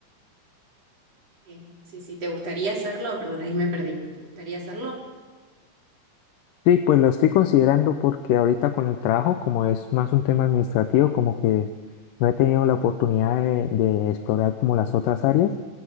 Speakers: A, on the right (about 50°); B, on the left (about 85°).
A: Sí, sí, sí. ¿Te gustaría hacerlo? Perdón, ahí me perdí. ¿Te gustaría hacerlo?
B: Sí, pues lo estoy considerando porque ahorita con el trabajo, como es más un tema administrativo, como que no he tenido la oportunidad de, de explorar como las otras áreas